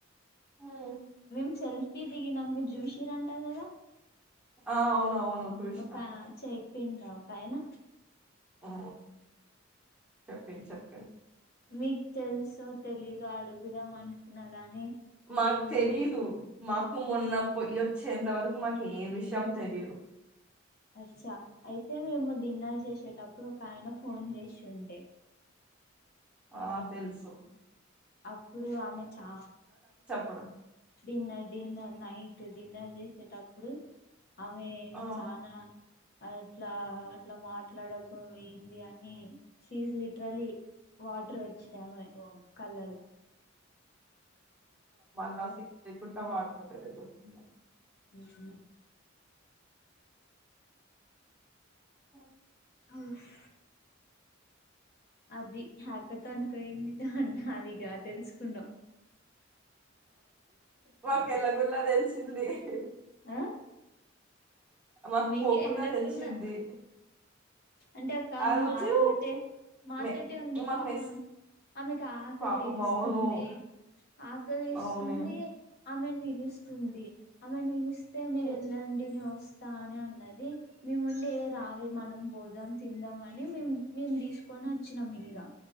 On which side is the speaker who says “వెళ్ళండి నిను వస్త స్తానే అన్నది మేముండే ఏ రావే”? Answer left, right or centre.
Left